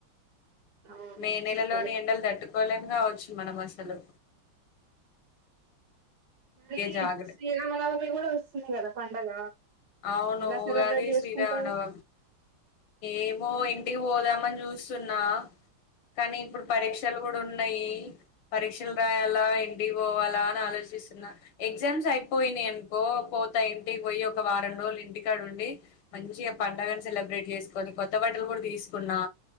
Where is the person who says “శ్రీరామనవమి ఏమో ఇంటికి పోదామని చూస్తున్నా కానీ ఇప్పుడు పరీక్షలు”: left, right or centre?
Left